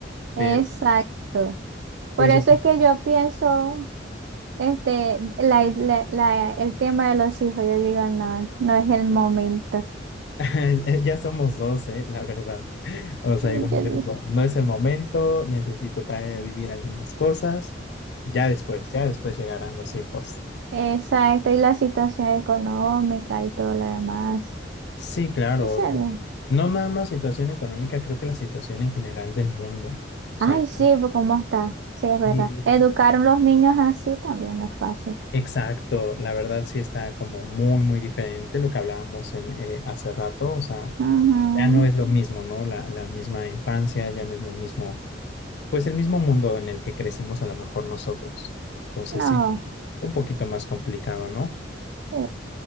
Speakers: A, on the right; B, on the left.
A: exacto.
B: Pero pues...
A: Por eso es que yo pienso. Este, la, la- la- el tema de los hijos, yo digo, no, no es el momento.
B: <laughs> Ya somos dos, eh, la verdad. O sea,
A: Yo
B: igual
A: digo,
B: yo digo, no es el momento, necesito todavía vivir algunas cosas. Ya después, ya después llegarán los hijos.
A: exacto, y la situación económica y todo lo demás.
B: Sí, claro.
A: Eso no.
B: No nada más situación económica, creo que la situación en general del mundo. O sea,
A: Ay,
B: ya
A: sí, pues, ¿cómo está? Sí, es verdad.
B: sí,
A: Educar a los niños así también no es fácil.
B: exacto. La verdad sí está como muy, muy diferente lo que hablábamos en, eh, hace rato. O sea,
A: Ujú.
B: ya no es lo mismo, ¿no? La, la misma infancia, ya no es lo mismo pues el mismo mundo en el que crecimos a lo mejor nosotros. Entonces
A: No,
B: sí, un poquito más complicado, ¿no?
A: sí.